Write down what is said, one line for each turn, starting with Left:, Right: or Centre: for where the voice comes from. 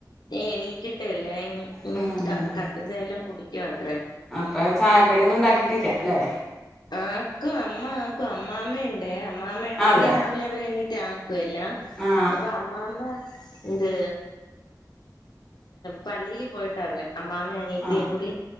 Left: എണീറ്റിട്ടേളു ഞാ ഇനി ഇനി
Centre: ഉം, ഉം.
Left: കട്ടച്ച എല്ലാം കുടിക്കത്രേ
Centre: പ്പെയ് ചായക്കടിയൊന്നും ഉണ്ടാക്കിട്ടില്ല അല്ലേ
Left: ആക്കും അമ്മ ആക്കും അമ്മാമ്മേണ് ഏ അമ്മാമ്മ ണ്ടെങ്കി
Centre: അതെ
Left: രാവിലവര് എണിറ്റ് ആക്കു ല്ലാം
Centre: ആ
Left: അപ്പൊ അമ്മാമ്മ ന്ത് പള്ളില് പോയിട്ടാള്ളെ അമ്മാമ്മേം അനിയത്തിയും
Centre: ആ
Left: കൂടി